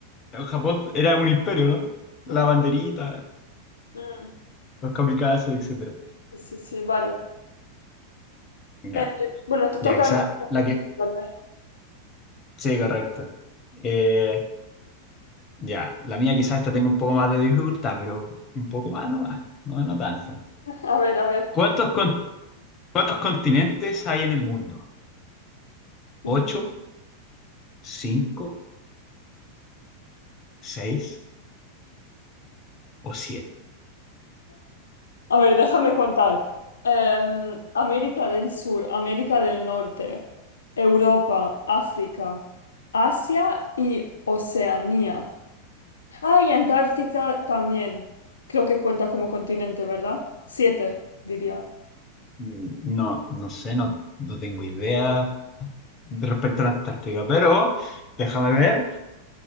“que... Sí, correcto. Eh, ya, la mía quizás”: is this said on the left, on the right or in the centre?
Left